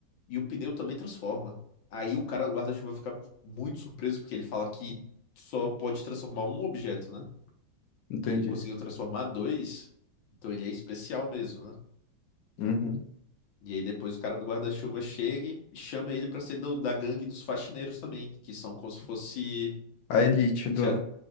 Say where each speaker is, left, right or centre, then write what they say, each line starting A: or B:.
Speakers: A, on the left; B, on the left.
A: e o pneu também transforma. Aí o cara do guarda-chuva fica muito surpreso, porque ele fala que só pode transformar um objeto, né?
B: entendi.
A: E ele conseguiu transformar dois, então ele é especial mesmo, né?
B: Uhum.
A: E aí depois o cara do guarda-chuva chega e chama ele pra ser do- da gangue dos faxineiros também, que são como se fosse...
B: A elite
A: Já,
B: do...